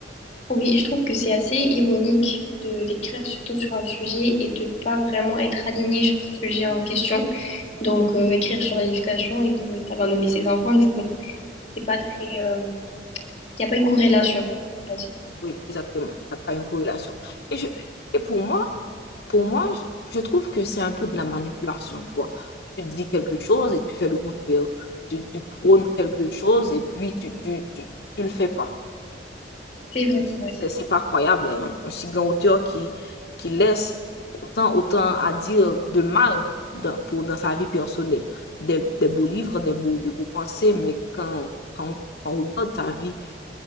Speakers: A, on the left; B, on the left.
A: Oui, je trouve que c'est assez ironique de d'écrire surtout sur un sujet et de pas vraiment être aligné sur ce sujet en question. Donc, euh, écrire sur l'éducation et de d'abandonner ses enfants, du coup, c'est pas très. euh, Il n'y a pas une corrélation, on va dire.
B: Oui, exactement. Il n'y a pas une corrélation. Et, je, et pour moi, pour moi, je, je trouve que c'est un peu de la manipulation, tu vois. Tu dis quelque chose et tu fais le contraire. Tu, tu prônes quelque chose et puis tu, tu, tu, tu le fais pas.
A: C'est vrai, c'est vrai.
B: C'est c'est pas croyable, hein. Un si grand auteur qui, qui laisse autant, autant à dire de mal dans, pour, dans sa vie personnelle. Des, des beaux livres, des beaux, des beaux pensées, mais quand, quand on regarde sa vie,